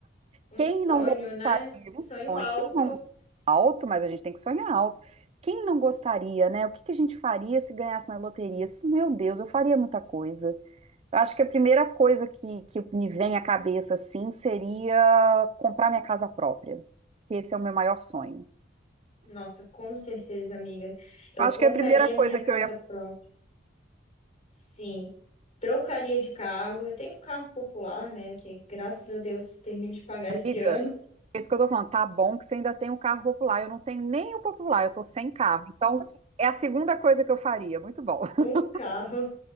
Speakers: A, on the left; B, on the right.
A: Um
B: Quem
A: sonho,
B: não gostaria
A: né?
B: do
A: Sonho
B: sonho?
A: alto.
B: Quem não alto, mas a gente tem que sonhar alto. Quem não gostaria, né? O que que a gente faria se ganhasse na loteria? Se- Meu Deus, eu faria muita coisa. Eu acho que a primeira coisa que, que me vem à cabeça, assim, seria comprar minha casa própria, que esse é o meu maior sonho.
A: Nossa, com certeza, amiga. Eu
B: Acho
A: compraria
B: que é a primeira coisa
A: minha
B: que
A: casa
B: eu ia
A: própria. Sim, trocaria de carro. Eu tenho um carro popular, né? Que graças a Deus termino de pagar
B: Amiga,
A: esse ano
B: é isso que eu tô falando. Tá bom que você ainda tem o carro popular. Eu não tenho nem o popular, eu tô sem carro. Então, é a segunda coisa que eu faria. Muito bom. <laughs>
A: um carro.